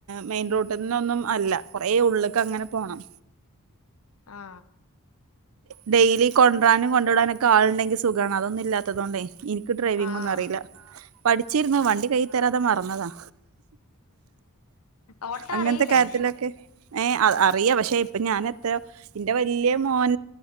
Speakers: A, on the right; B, on the left.
A: മെയിൻ റോട്ട്ന്നൊന്നും അല്ല കൊറെ ഉള്ളക്ക്ങ്ങനെപോണം
B: ആ
A: ഡെയിലി കൊണ്ടരാനും കൊണ്ടുവിടാനൊക്കെ ആള്ണ്ടെങ്കിൽ സുഗാണ് അതൊന്നും ഇല്ലാത്തതോണ്ട് ഇനി ക്ക് ഡ്രൈവിംഗ്
B: ആഹ്
A: ഒന്നുഅറീല പഠിച്ചിരുന്നു വണ്ടി കൈയിതരാതെ മറന്നതാ
B: ഓട്ട
A: അങ്ങനത്തെ
B: അറീലെ
A: കാര്യത്തിലൊക്കെ ഏ അറിയ പഷെ ഇപ്പൊ ഞാൻത്രയോ ഇന്റെവല്യയ മോൻ